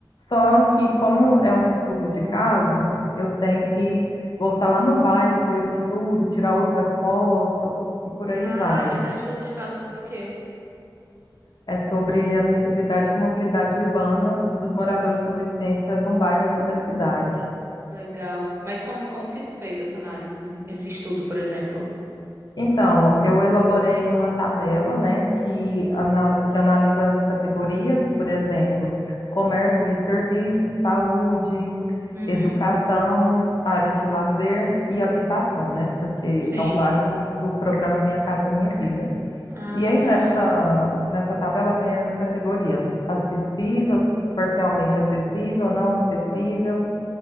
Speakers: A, on the left; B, on the right.
A: Só que, como é um estudo de caso, eu tenho que voltar lá no bairro que eu estudo, tirar outras fotos e por aí
B: Ah,
A: vai.
B: mas é um estudo de caso sobre o quê?
A: É sobre acessibilidade e mobilidade urbana dos moradores com deficiência de um bairro aqui da cidade.
B: Legal. Mas como, como que tu fez essa análise? Esse estudo, por exemplo?
A: Então, eu elaborei uma tabela, né, que, ana- que analisa as categorias, por exemplo, comércio e serviços, saúde,
B: Uhum,
A: educação, áreas de lazer e habitação, né, porque
B: sim.
A: é um bairro do programa Minha Casa Minha Vida.
B: Ah,
A: E
B: legal.
A: aí nessa, nessa tabela tem as categorias acessível, parcialmente acessível, não acessível,